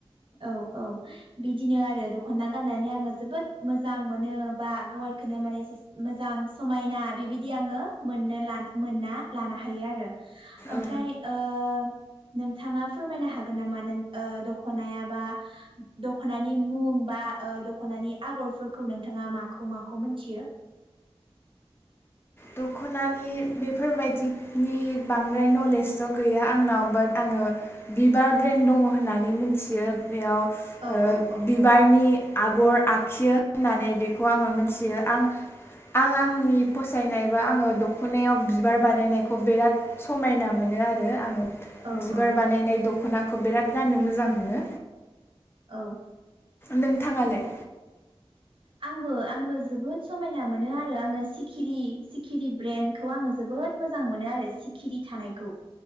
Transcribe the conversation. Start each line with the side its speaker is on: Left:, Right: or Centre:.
Right: औ औ बिदिनो आरो दखना गाननानै आङो जोबोद मोजां मोनो बा गावायखौनो माने मोजां समायना बेबायदि आङो मोननो लानो मोनना लानो हायो आरो ओमफ्राय
Left: औ
Right: ओ नोंथाङा फोरमायनो हागोन नामा नों ओ दखनाया बा दखनानि मुं बा ओ दखनानि आगरफोरखौ नोंथाङा माखौ माखौ मिथियो
Left: दखनानि बेफोरबायदिनि बांद्राय नलेजथ गैया आंनाव बाट आङो बिबार ब्रेन्द दङ होननानै मिथियो बेयाव
Right: औ
Left: ओ
Right: औ
Left: बिबारनि
Right: औ
Left: आगर आग खियो होननानै बेखौ आङो मिथियो आं आं आंनि फसायनाय बा आङो दखनायाव बिबार बानायनायखौ बिराद समायना मोनो आरो आङो
Right: औ
Left: बिबार
Right: औ
Left: बानायनाय द दखनाखौ बिराद गाननो मोजां मोनो
Right: औ
Left: नोंथाङालाय
Right: आंबो आंबो जोबोद समायना मोनो आरो आङो सिखिरि सिखिरि ब्रेन्डखौ आङो जोबोद मोजां मोनो आरो सिखिरि थानायखौ